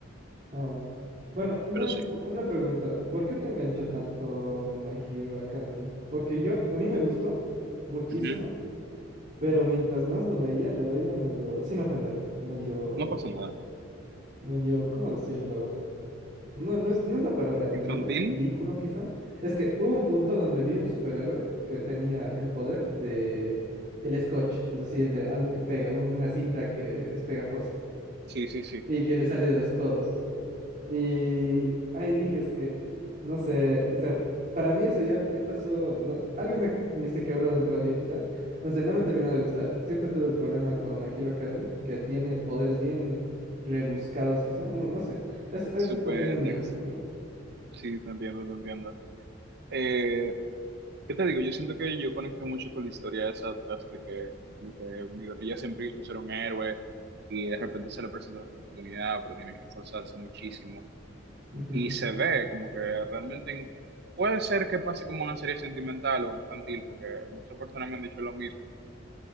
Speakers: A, on the right; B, on the right.
A: Ah, va. Bueno, una,
B: Pero sí,
A: una pregunta. ¿Por qué te enganchó tanto My Hero Academy? Porque yo, a mí me gustó muchísimo,
B: Ujú.
A: pero mientras más lo veía, lo veía medio, sin ofender, medio,
B: No pasa nada.
A: medio, ¿cómo decirlo? No, no es, no es la palabra ñoño,
B: Infantil,
A: ridículo quizá. Es que hubo un punto donde vi un superhéroe que tenía el poder de el scotch, es decir, de algo que pega, un- una cinta que es pegajosa
B: sí, sí, sí.
A: y que le sale de los codos. Y ahí dije, es que, no sé, o sea, para mí eso ya, ya pasó, no- algo me, me se quebró dentro de mí quizá, no sé, no me terminó de gustar. Siempre tuve problema con My Hero Academy, que tiene poderes bien rebuscados quizá, no, no sé, es, es
B: Súper,
A: opinión mía,
B: dex-
A: por ejemplo.
B: sí, te entiendo, te entiendo. Eh, ¿Qué te digo? Yo siento que yo conecto mucho con la historia esa atrás de que, como que Midoriya siempre quiso ser un héroe y de repente se le presenta la oportunidad, pero tiene que esforzarse muchísimo.
A: Ujú,
B: Y se ve como que realmente en- puede ser que pase como una serie sentimental o infantil, porque muchas personas me han dicho lo mismo,